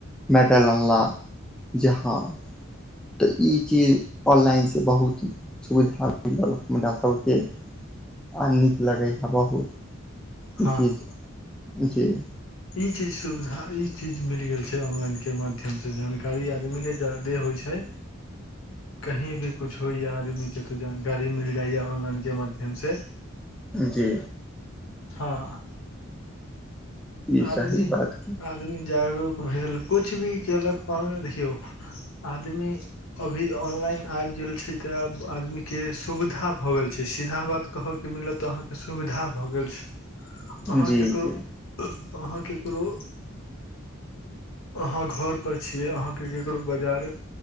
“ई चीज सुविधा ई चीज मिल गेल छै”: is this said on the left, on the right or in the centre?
Left